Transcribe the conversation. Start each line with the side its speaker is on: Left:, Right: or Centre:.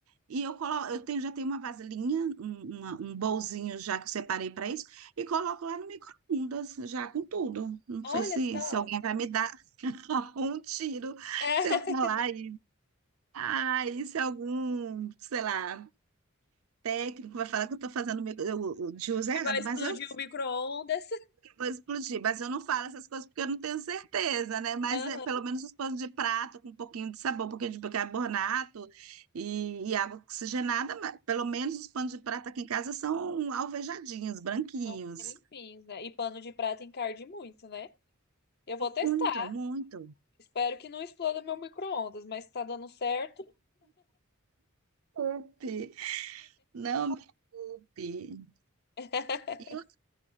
Right: e eu coloco, eu tenho, já tenho uma vasilhinha, um, uma- um bolzinho já que eu separei para isso, e coloco lá no micro-ondas, já com tudo. Não
Left: Olha
Right: sei se,
Left: só.
Right: se alguém vai me dar <laughs> um tiro
Left: É,
Right: se eu falar
Left: <laughs>
Right: isso. Ah, isso é algum, sei lá, técnico vai falar que eu estou fazendo o micro- eu- eu- de uso errado,
Left: Que vai explodir
Right: mas eu
Left: o micro-ondas.
Right: vou explodir, mas eu não falo essas coisas porque eu não tenho certeza, né? Mas
Left: Aham.
Right: é, pelo menos os panos de prato com um pouquinho de sabor, um pouquinho de bicarbonato e, e água oxigenada, mas pelo menos os panos de prato aqui em casa são alvejadinhos, branquinhos.
Left: São bem limpinhos, né? E pano de prato encarde muito, né? Eu vou testar.
Right: Muito, muito.
Left: Espero que não exploda meu micro-ondas, mas tá dando certo.
Right: Desculpe. Não me culpe.
Left: <laughs>
Right: E